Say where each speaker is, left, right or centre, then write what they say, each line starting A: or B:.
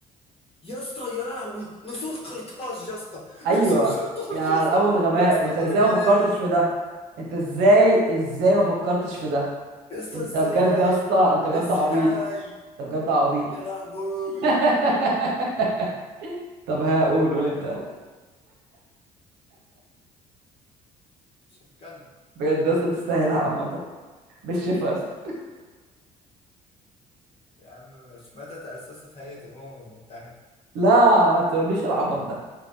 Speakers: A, on the left (about 30°); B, on the right (about 65°).
A: يا اسطى يا لهوي نسور قرطاج يا اسطى <laughs>
B: أيوة
A: نسور قرطاج
B: يا على
A: يا اسطى
B: الأول غباء
A: يا اسطى
B: أنت
A: حرام
B: إزاي ما فكرتش
A: عليا
B: في ده أنت إزاي إزاي ما فكرتش في ده
A: يا اسطى
B: أنت
A: ازاي
B: بجد يا اسطى أنت بجد
A: ازاي
B: عبيط أنت بجد عبيط
A: يا لهوي
B: <laughs> طب هقول قول أنت يلا
A: شكلنا
B: بجد يا اسطى تستاهلها عامة بالشفا يا اسطى
A: يا عم مش متى تأسست هيئة الأمم المتحدة
B: لا ما تقوليش العبط ده